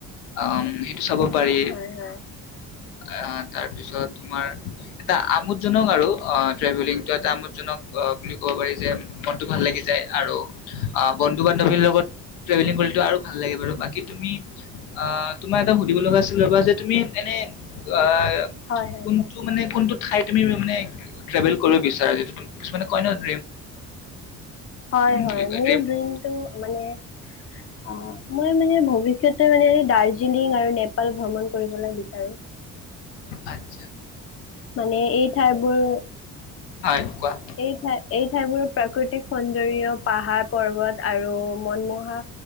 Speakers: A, on the left; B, on the left.
A: অ চাব পাৰি।
B: হয় হয়
A: অ' তাৰপিছত তোমাৰ এটা আমোদজনক আৰু অ ট্ৰেভেলিংটো এটা আমোদ। ক বুলি ক'ব পাৰি যে মনতটো ভাল লাগি যায় আমোদজনক বুলিব পাৰি যে মনটো ভাল লাগি যায় আৰু বন্ধু বান্ধৱীৰ লগত ট্ৰেভেলিং কৰি আৰু ভাল লাগিব বাৰু বাকী তুমি তোমাৰ এটা সুধিব লগা আছিল ৰবা যে তুমি মোক এনে অ'।
B: হয় হয়
A: কোনটো
B: কোৱা
A: মানে কোনটোত। খাই তুমি মানে ট্ৰেভেল কৰিব বিচাৰে এই টো টো। কিছুমানে কয় নহয়।
B: হয় হয়
A: বুলি কয়
B: মোৰ ড্ৰীমটো মানে অ মই মানে ভবিষ্যত। কেতিয়াবা মানে দাৰ্জিলিং আৰু নেপাল ভ্ৰমণ কৰিবলৈ বিচাৰোঁ।
A: হয়।
B: মানে এই ঠাইবোৰ
A: হয় কোৱা
B: এই ঠাই এই ঠাইবোৰৰ। প্ৰাকৃতিক সৌন্দৰ্য পাহাৰ পৰ্বত। আৰু মনমোহা